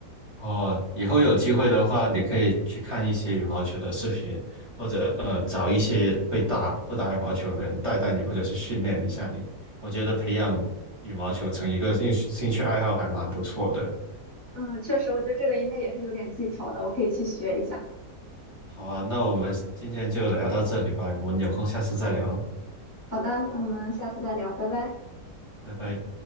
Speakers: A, on the right; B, on the left.
A: 哦，以后有机会的话，你可以去看一些羽毛球的视频，或者呃找一些会打会打羽毛球的人带带你，或者是训练一下你。我觉得培养羽毛球成一个兴兴趣爱好还蛮不错的。
B: 嗯，确实，我觉得这个应该也是有点技巧的，我可以去学一下。
A: 好啊，那我们今天就聊到这里吧，我们有空下次再聊，
B: 好的，那我们下次再聊，拜拜。
A: 拜拜。